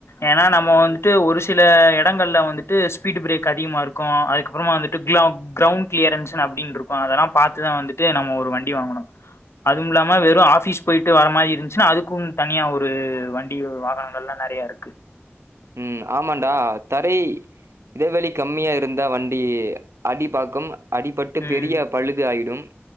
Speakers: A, on the left (about 75°); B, on the right (about 80°).
A: ஏனா நம்மோ வந்துட்டு ஒரு சில எடங்கள்ல வந்துட்டு ஸ்பீடு பிரேக் அதிகமாருக்கு அதுக்க அப்புறமா வந்துட்டு க்ளௌ கிரௌண் கிளியரன்ஸுன் அப்டின்ருக்கு அதெல்லா பாத்துதா வந்துட்டு நம்ம ஒரு வண்டி வாங்குணு. அதுமில்லாம வெறு ஆஃபிஸ் போயிட்டு வர மாரி இருஞ்ச்சுனா அதுக்கும் தனியா ஒரு வண்டி வாகன ல்லா நெறைய இருக்கு
B: ம் ஆமான்டா தரை இடைவழி கம்மியா இருந்தா வண்டி அடி பாக்கம் அடிபட்டு
A: ம்
B: பெரிய பழுது ஆயிடும்